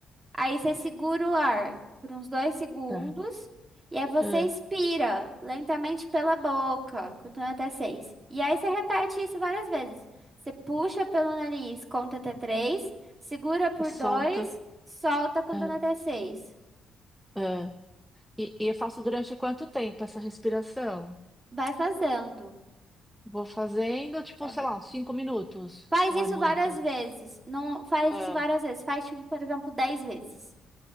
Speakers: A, on the right; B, in the centre.
A: Aí você segura o ar por uns dois segundos.
B: tá.
A: E aí você
B: Ah,
A: expira lentamente pela boca, contando até seis. E aí você repete isso várias vezes. Você puxa pelo nariz, conta até três. Segura por
B: e solta.
A: dois, solta contando
B: Ah,
A: até seis.
B: ah. E, e eu faço durante quanto tempo essa respiração?
A: Vai fazendo.
B: Vou fazendo, tipo,
A: Vai
B: sei
A: fa-
B: lá, uns cinco minutos.
A: Faz
B: Ou
A: isso
B: é muito?
A: várias vezes. Não faz
B: Ah.
A: isso várias vezes. Faz, tipo, por exemplo, dez vezes.